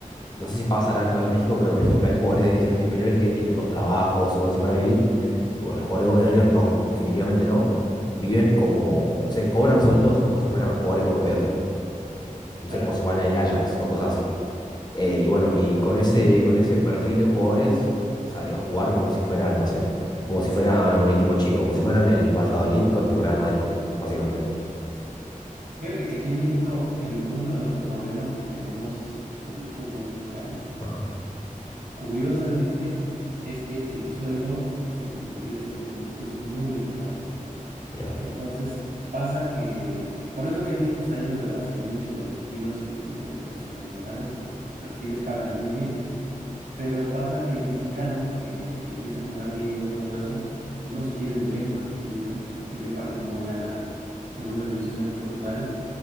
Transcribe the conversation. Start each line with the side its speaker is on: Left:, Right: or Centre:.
Left: no sé si pasará en Real México, pero por ejemplo hay jugadores de divisiones inferiores que tienen dos trabajos o cosas así para vivir. Y Bueno, los jugadores de Boca de River no, definitivamente no. Viven como, no sé, cobran sueldos como si fueran jugadores europeos, digamos. No
Right: claro.
Left: sé, como si fueran en el Ajax o cosas así. Eh, y bueno, y con ese, con ese perfil de jugadores salió a jugar como si fueran, no sé, como si fueran un equipo chico, como si fueran el Valladolid contra el Real Madrid, básicamente.
Right: Fíjate que aquí en México, el, uno de los problemas que tenemos en el fútbol mexicano,
Left: Ajá,
Right: Curiosamente, es que el sueldo de los futbolistas aquí en México es muy elevado.
Left: Mira,
Right: Entonces, pasa que, por eso aquí en México está lleno de brasileños y de argentinos y de, de sudamericanos, porque aquí les pagan muy bien. Pero pasa que el mexicano que, que empieza a jugar bien y todo eso, pues no se quiere ir de México porque dice, pues es que yo para qué me voy a la segunda división de Portugal,